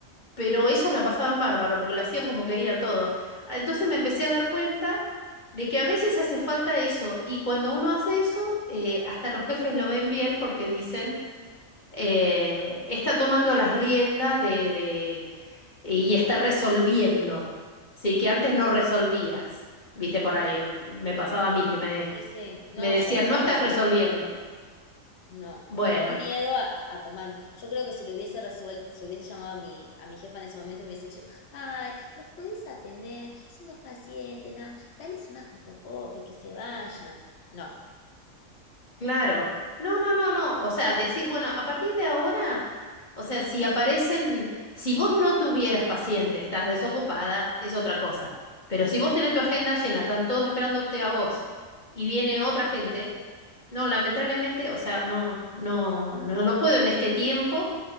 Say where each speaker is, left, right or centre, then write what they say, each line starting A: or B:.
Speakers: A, on the left (about 35°); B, on the left (about 55°).
A: Pero ellos la pasaban bárbaro, porque lo hacían como querían todo. Ah, Entonces me empecé a dar cuenta de que a veces hace falta eso, y cuando uno hace eso, eh, hasta los jefes lo ven bien porque dicen, eh, está tomando las riendas de, de- y está resolviendo, ¿sí? Que antes no resolvías, viste, por ahí me pasaba
B: Sí,
A: a mí que me,
B: sí, sí. No,
A: me decían,
B: yo nunca
A: no estás
B: resolvía.
A: resolviendo.
B: No,
A: Bueno,
B: por miedo a, a- a tomarme. Yo creo que si lo hubiese resuelto, si hubiese llamado a mi, a mi jefa en ese momento, me hubiese dicho, ay, los puedes atender, son dos pacientes, nada, más, dales una fotocopia y que se vayan. No,
A: claro. No, no, no, no. O sea, decir, bueno, a partir de ahora, o sea, si aparecen, si vos no tuvieras paciente, estás desocupada, es otra cosa. Pero si vos tenés tu agenda llena, están todos esperándote a vos y viene otra gente, no, lamentablemente, o sea, no, no, no, no puedo en este tiempo